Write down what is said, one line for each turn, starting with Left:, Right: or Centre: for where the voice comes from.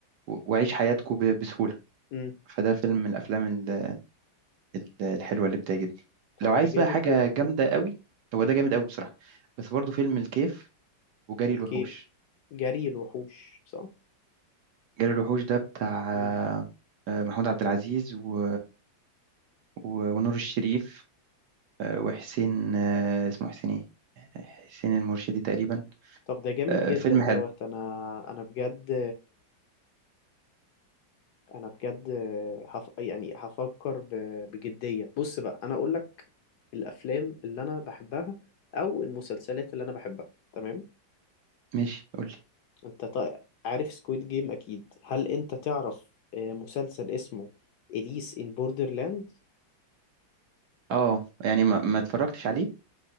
Right: و- واعيش حياتكم ب- بسهولة
Left: امم
Right: فده فيلم من الافلام ال- ال- الحلوة اللي بتعجبني لو
Left: طب
Right: عايز
Left: ده جامد
Right: بقى حاجة
Left: جدا
Right: جامدة
Left: يعني
Right: قوي هو
Left: امم
Right: ده جامد قوي بصراحة بس برضه فيلم الكيف وجري
Left: الكيف
Right: الوحوش
Left: جري الوحوش صح
Right: جري الوحوش ده بتاع
Left: مم.
Right: آه، محمود عبد العزيز و... و... ونور الشريف آه، وحسين آه، اسمه حسين ايه حسين المرشدي تقريبا
Left: طب ده جامد
Right: آه،
Left: جدا
Right: فيلم حلو
Left: دوت انا انا بجد انا بجد هف... يعني هفكر ب... بجدية بص بقى انا اقول لك الافلام اللي انا بحبها او المسلسلات اللي انا بحبها تمام
Right: ماشي قولي
Left: انت طيب عارف سكويد جيم اكيد هل انت تعرف آه، مسلسل اسمه اليس ان بوردرلاند
Right: اه يعني ما... ما اتفرجتش عليه